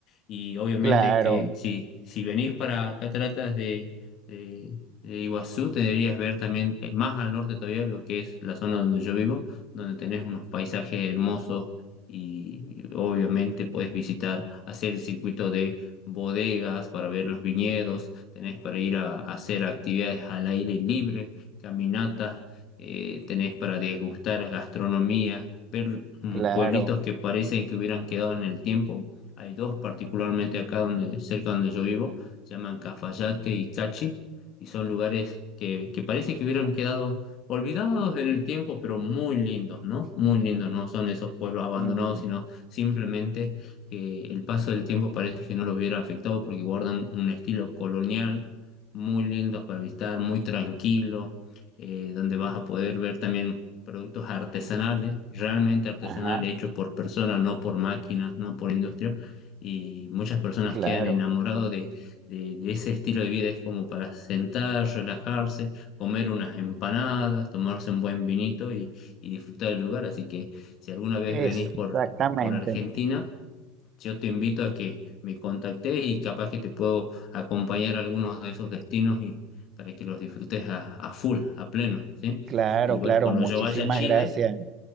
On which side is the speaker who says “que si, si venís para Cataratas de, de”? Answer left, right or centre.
Left